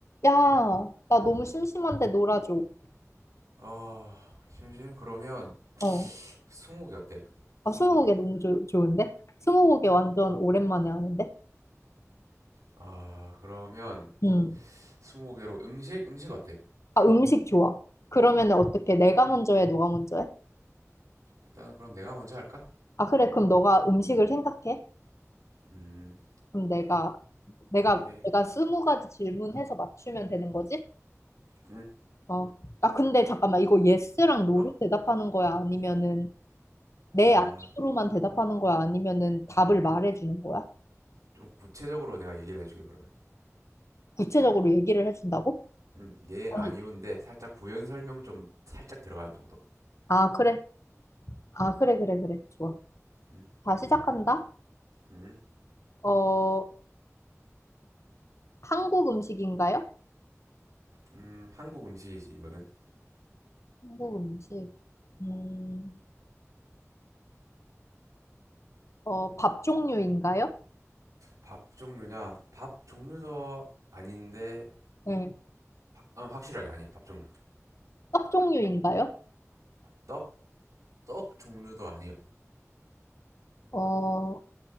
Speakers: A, on the left (about 60°); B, on the right (about 85°).
A: 야, 나 너무 심심한데 놀아줘.
B: 아, 심심? 그러면
A: 어.
B: 스무고개 어때?
A: 아,
B: 스무고개.
A: 스무고개 너무 좋 좋은데? 스무고개 완전 오랜만에 하는데?
B: 아, 그러면
A: 음.
B: 스무고개로 음식? 음식 어때?
A: 아, 음식 좋아. 그러면은 어떻게? 내가 먼저 해, 너가 먼저 해?
B: 일단은 그럼 내가 먼저 할까?
A: 아, 그래. 그럼 너가 음식을 생각해?
B: 음,
A: 그럼 내가, 내가,
B: 오케이.
A: 내가 스무 가지 질문해서 맞추면 되는 거지?
B: 음,
A: 어. 아, 근데 잠깐만. 이거 예스랑 노로
B: 어,
A: 대답하는 거야? 아니면은 네,
B: 아,
A: 아니로만 대답하는 거야? 아니면은 답을 말해주는 거야?
B: 좀 구체적으로 내가 얘기를 해주게 그러면.
A: 구체적으로 얘기를 해준다고?
B: 음, 예, 아니오인데
A: 아니,
B: 살짝 부연 설명 좀 살짝 들어가는 정도.
A: 아, 그래. 아, 그래, 그래, 그래. 좋아.
B: 음,
A: 다 시작한다.
B: 음,
A: 어, 한국 음식인가요?
B: 음, 한국 음식이지 이거는.
A: 한국 음식. 음, 어, 밥 종류인가요?
B: 밥 종류냐? 밥 종류도 아닌데,
A: 네.
B: 아, 확실하게 아니야. 밥 종류.
A: 떡 종류인가요?
B: 떡? 떡 종류도 아니요.
A: 어,